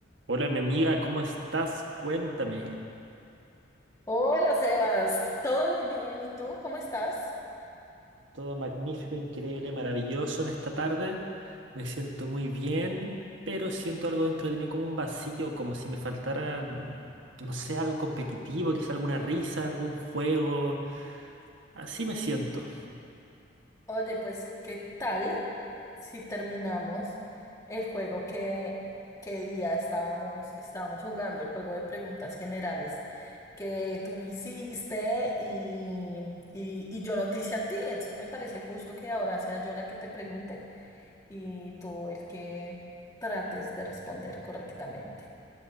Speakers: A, on the right (about 85°); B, on the left (about 15°).
A: Hola, mi amiga, ¿cómo estás? Cuéntame.
B: Hola Sebas, todo muy bien. ¿Y tú cómo estás?
A: Todo magnífico, increíble, maravilloso en esta tarde. Me siento muy bien, pero siento algo dentro de mí como un vacío, como si me faltaran, no sé, algo competitivo, quizá alguna risa, algún juego. Así me siento.
B: Oye, pues, ¿qué tal si terminamos el juego que, que día estábamos, estábamos jugando, el juego de preguntas generales que tú me hiciste y, y, y yo no te hice a ti? Entonces me parece justo que ahora sea yo la que te pregunte y tú el que trates de responder correctamente.